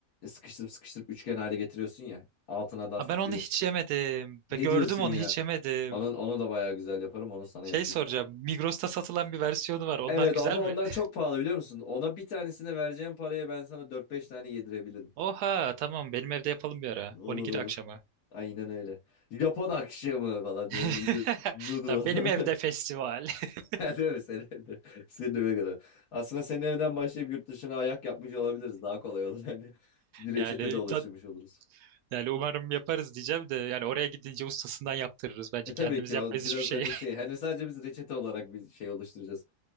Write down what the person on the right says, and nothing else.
Aa, Ben onu
hiç yemedim.
Ve gördüm
onu
hiç yemedim.
Şey
soracağım. Migros'ta satılan bir versiyonu var. Onlar
güzel
mi?
<laughs>
Oha tamam benim evde yapalım bir ara.
Onigiri
akşamı.
<laughs>
Tamam, benim
evde festival. <laughs>
Yani
da-
yani umarım yaparız diyeceğim de yani oraya gidince ustasından yaptırırız. Bence
kendimiz
yapmayız
hiçbir şeyi.